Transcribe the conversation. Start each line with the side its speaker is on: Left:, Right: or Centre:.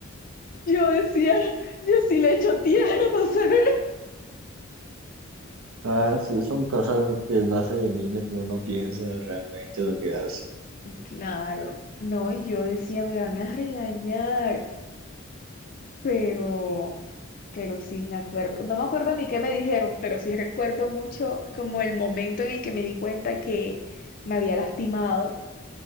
Left: yo decía, yo sí le echo tierra, <laughs> no se ve.
Right: Ah, sí, son cosas uno- que uno hace de niño que uno no piensa realmente lo que hace.
Left: Claro, no, y yo decía, me van a regañar, pero, pero sí me acuerdo, no me acuerdo ni qué me dijeron, pero sí recuerdo mucho como el momento en el que me di cuenta que me había lastimado